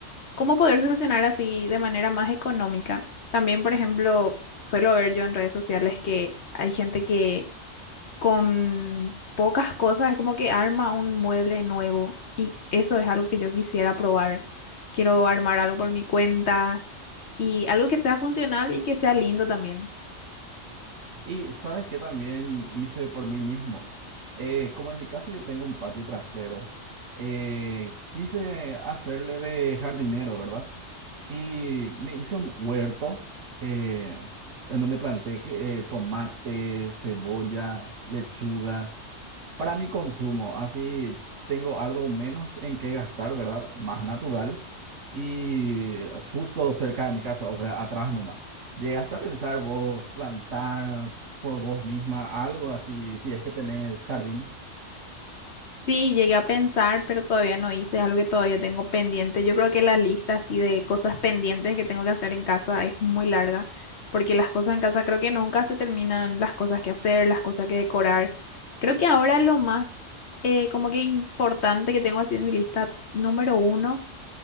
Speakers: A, on the left; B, on the right.
A: cómo poder solucionar así de manera más económica. También, por ejemplo, suelo ver yo en redes sociales que hay gente que con pocas cosas, es como que arma un mueble nuevo y eso es algo que yo quisiera probar. Quiero armar algo por mi cuenta y algo que sea funcional y que sea lindo también.
B: Y sabes que también hice por mí mismo. Eh, como en mi casa yo tengo un patio trasero, eh, quise hacerle de jardinero, ¿verdad? Y me hice un huerto eh, en donde planté que- eh, tomate, cebolla, lechuga. Para mi consumo, así tengo algo menos en qué gastar, ¿verdad? Más natural y justo cerca de mi casa, o sea, atrás nomás. ¿Llegaste a pensar vos plantar por vos misma algo así, si es que tenés jardín?
A: Sí, llegué a pensar, pero todavía no hice, es algo que todavía tengo pendiente. Yo creo que la lista así de cosas pendientes que tengo que hacer en casa es muy larga, porque las cosas en casa creo que nunca se terminan, las cosas que hacer, las cosas que decorar. Creo que ahora lo más eh, como que importante que tengo así en mi lista número uno